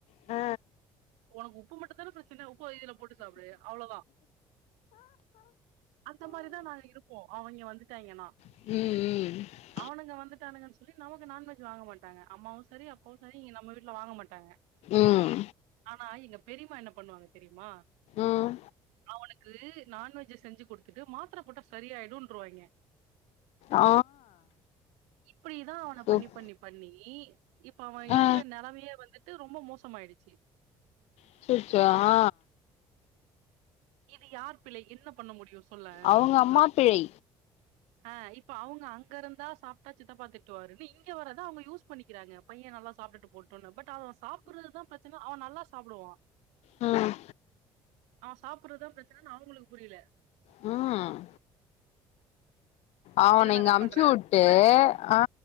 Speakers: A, on the left; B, on the right.
A: ஆ
B: ஒனக்கு உப்பு மட்டுந்தானே பிரச்சன உப்ப இதுல போட்டு சாப்புடு அவ்ளதா அந்த மாரிதா நாங்க இருப்போ அவய்ங்க வந்துட்டாய்ங்கன்னா
A: ம் ம்
B: அவனுங்க வந்துட்டானுங்கன் சொல்லி நமக்கு நான்வெஜ் வாங்க மாட்டாங்க அம்மாவு செரி அப்பாவு செரி இங்க நம்ம வீட்ல வாங்க மாட்டாங்க
A: ம்
B: ஆனா எங்க பெரிம்மா என்ன பண்ணுவாங்க தெரிமா
A: ம்
B: அவனுக்கு நான்வெஜ்ஜ செஞ்சு குடுத்துட்டு மாத்ர போட்டா சரியாய்டுன்ருவாய்ங்க
A: ஆ
B: இப்டிதா அவன
A: சூப்
B: பண்ணி பண்ணி பண்ணி இப்ப அவே இருக்குற
A: ஆ
B: நெலமையே வந்து ட்டு ரொம்ப மோசமாய்டுச்சி
A: அச்சச்சோ ஆ
B: இது யார் பிழை என்ன பண்ண முடியு சொல்லே
A: அவங்க அம்மா பிழை
B: ஆ இப்ப அவுங்க அங்கருந்தா சாப்ட்டா சித்தப்பா திட்டுவாருன் இங்க வரத அவுங்க யூஸ் பண்ணிக்கிறாங்க பையே நல்லா சாப்ட்டுட்டு போட்டுன்னு பட் அவே சாப்புறதுதா பிரச்சன அவே நல்லா சாப்டுவா
A: ம்
B: அவே சாப்புறதா பிரச்சனனு அவுங்களுக்கு புரில
A: ம் அவன
B: இரு நா
A: இங்க
B: கட்
A: அம்ச்சுட்டு
B: பண்றே
A: ஆ